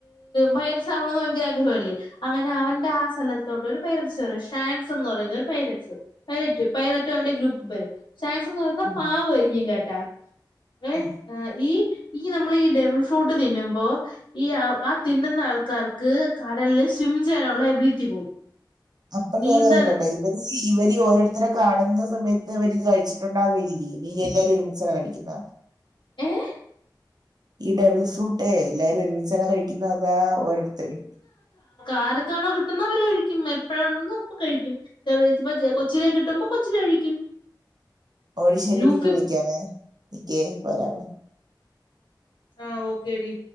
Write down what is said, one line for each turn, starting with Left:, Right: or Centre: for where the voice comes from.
Left: ബയസാവണന്ന് ഒക്കെ ഭയങ്കര ആഗ്രഹവല്ലേ അങ്ങനെ അവന്റെ ആ സ്ഥലത്തോട്ട് ഒരു പൈരട്സ് പറ ഷാങ്സ് എന്ന് പറയുന്ന ഒരു പൈരട്സ് പൈലറ്റ് പൈലറ്റും അവന്റെ ഗ്രൂപ്പും വരും സാങ്സൺ എന്ന് പറയ
Right: ഉം,
Left: പാവമായിരിക്കും കേട്ടാ ഏ
Right: ഉം
Left: ഈ ഈ നമ്മൾ ഈ ഡബിൾ ഫ്രൂട്ട് തിന്നും അപ്പോ ഈ ആ ആ തിന്നുന്ന ആൾക്കാർക്ക് കടലിൽ സ്വിം ചെയ്യാനുള്ള എബിലിറ്റി പോകും
Right: അപ്പം
Left: നീന്താൻ
Right: ഞാനായിക്കോട്ടെ ഇവൻ ഇവര് ഈ ഓരോരുത്തരെ കാണുന്ന സമയത്ത് ഇവരിത് കഴിച്ചിട്ടുണ്ടാകയില്ല ഇനീ എല്ലാവരും ഒരുമിച്ചാണ കഴിക്കുക
Left: ഏഹ
Right: ഈ ഡബിൾ ഫ്രൂട്ടേ എല്ലാരും ഒരുമിച്ചാണ് കഴിക്കുന്നത് അതാ ഓരോരുത്തരും
Left: ആർക്കാണോ കിട്ടുന്ന അവര് കഴിക്കും എപ്പഴ ഉണ്ട അപ്പൊ കഴിക്കും ചെറിയപ്പ കൊച്ചിലെ കിട്ടുമ്പോ കൊച്ചില കഴിക്കും
Right: ഓഹ്ടി ശരിടി
Left: ലൂഫി
Right: ഇപ്പൊ വിളിക്കാവേ നിക്കേ പോരാമേ.
Left: ആഹ് ഓക്കേടി